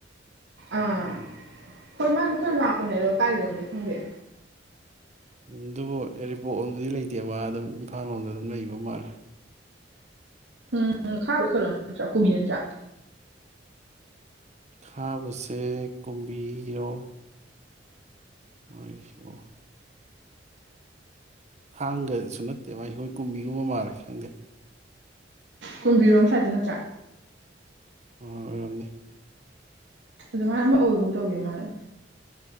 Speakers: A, on the right; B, on the right.
A: ꯑꯥ
B: ꯎꯝ
A: ꯍꯣꯏ ꯃꯥꯁꯨꯗꯨ ꯈꯔ ꯂꯄꯅꯦꯗꯣ ꯀꯥꯏꯗ ꯈꯪꯗꯦ
B: ꯎꯝ ꯑꯗꯨꯕꯨ ꯌꯥꯏꯔꯤꯄꯣꯛꯂꯣꯝꯗꯨꯗꯤ ꯂꯩꯇꯦ ꯃꯥ ꯑꯗꯨꯝ ꯏꯝꯐꯥꯜ ꯂꯣꯝꯗ ꯑꯗꯨꯝ ꯂꯩꯕ ꯃꯥꯜꯂꯦ
A: ꯎꯝ ꯈꯥꯕ ꯀꯩꯅꯣ ꯅꯠꯇꯔꯣ ꯀꯨꯝꯕꯥ ꯅꯠꯇꯔꯣ
B: ꯈꯥꯕꯁꯦ ꯀꯨꯝꯕꯤꯔꯣ ꯃꯥꯏꯁꯨ ꯊꯥꯡꯒꯁꯨ ꯅꯠꯇꯦ ꯃꯥꯥꯏ ꯑꯩꯈꯣꯏ ꯀꯨꯝꯕꯤꯒꯨꯝꯕ ꯃꯥꯜꯂꯦ ꯈꯪꯗꯦ
A: ꯀꯨꯝꯕꯤꯔꯣꯝ ꯁꯥꯗ ꯅꯠꯇ꯭ꯔꯥ
B: ꯍꯣꯏ ꯑꯣꯏꯔꯝꯅꯤ
A: ꯑꯗꯨꯃꯥꯏꯅ ꯑꯃ ꯑꯣꯏꯒꯨꯝ ꯇꯧꯒꯦ ꯃꯥꯁꯦ